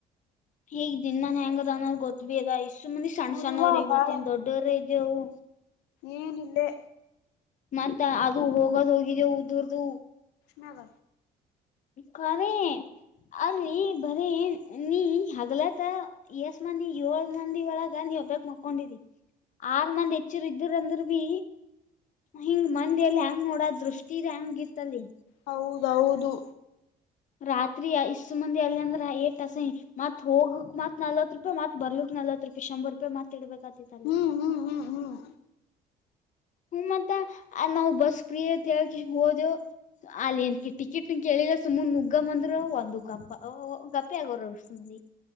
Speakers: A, on the left; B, on the left.
A: ಹೀಗ್ ದಿನನ್ ಹೆಂಗದ ಅನ್ನೋ್ ಗೊತ್ ಬಿ ಅದ ಇಷ್ಟ್ ಮಂದಿ ಸಣ್ಣ
B: ಹೌದವ್ವ
A: ಸಣ್ಣವ್ರ
B: ಬಾಳ
A: ಮತ್ತೇಏನ್ ದೊಡ್ಡವ್ರೇ ಇದೇವು.
B: ಏನಿಲ್ಲೇ
A: ಮತ್ ಅದು ಹೋಗದ ಹೋಗಿದ ಉದ್ದರ್ದು.
B: ನದ
A: ಖರ ಅಲ್ಲಿ ಬರೀ ನೀ ಹಗಲತ್ತ. ಎಷ್ಟ ಮಂದಿ ಏಳ್ ಮಂದಿ ಒಳಗ ನೀವ ಬಕ್ ಮಕೊಂಡಿ. ಆರ್ ಮಂದ ಹೆಚ್ಚರು ಇದ್ರಂದ್ರ ಬಿ ಹಿಂಗ್ ಮಂದಿಯಲ್ಲಿ ಹೆಂಗ್ ನೋಡ ದೃಷ್ಟಿ ಹೆಂಗಿತ್ತಲಿ
B: ಹೌದೌದು
A: ರಾತ್ರಿ ಇಷ್ಟು ಮಂದಿ ಅಲ್ಲ ಅಂದ್ರ ಏಟಸ ಮತ್ ಹೋಗಕ್ ಮತ್ ನಲ್ವತ್ ಹ ರೂಪಾಯಿತ್ ಬರ್ಲಿಕ್ ನಲ್ತ್ ರೂಪಾಯಿ ಶಂಬರ್ ರೂಪಾಯಿತ್ ಇಡ್ಬೇಕ ಆತಿಲ್ಲಿ
B: ಹ್ಮ್ ಹ್ಮ್ ಹ್ಮ್ ಹ್ಮ್
A: ಹ್ಮ ಮತ್ತ ನಾವು ಬಸ್ಪಿಯ ಅಂತ ಹೇಳ್ಕಿ ಹೋದವು ಅಲ್ಲಿ ಏನ್ ಕ ಟಿಕೆಟ್ ನಿನ್ ಕೇಳಿಲ್ಲ ಸುಮನ್ ನುಗ್ಗ ಅಂದ್ರ ಒಂದು ಗಪ್ಪ ಗಪ್ಪೆ ಆಗೋರ <unintelligible>